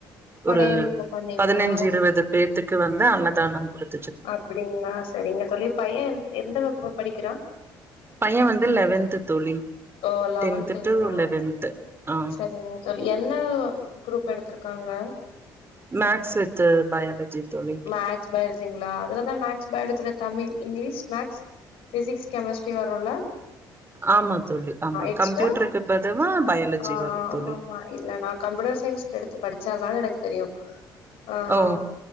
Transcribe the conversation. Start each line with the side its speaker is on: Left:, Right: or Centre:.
Left: படையலுக்கு
Right: ஒரு
Left: பண்ணீங்களா
Right: பதினஞ்சு இருவது பேர் த்துக்கு வந்து அன்னதானம் குடுத்து
Left: அப்டிங்களா சரிங்க தோழி பையன் எந் எந்த வகுப்பு படிக்கிறான்
Right: பையன் வந்து லெவன்த் தோழி
Left: ஓ லெவன்துங்களா
Right: டென்த்து டு லெவன்த்து ஆ
Left: சரிங்க தோழி என்ன குரூப் எடுத்துருக் காங்க
Right: மேக்ஸ் வித் பயாலஜி தோழி
Left: மேக்ஸ் பயாலஜிங்களா அதுலதா மேக்ஸ் பயாலஜில Tamil English maths physics chemistry வரும்ல
Right: ஆமா தோழி ஆமா
Left: எக்ஸ்ட்ரா
Right: கம்ப்யூட்டருக்கு பதுவா பயாலஜி
Left: ஆ
Right: வரு தோழி
Left: ஆமாமா ஆ இல்ல ந கம்யூட்டர் சயின்ஸ் எடுத்து படிச்சாலனால எனக்கு தெரியு ஆஹ்
Right: ஓ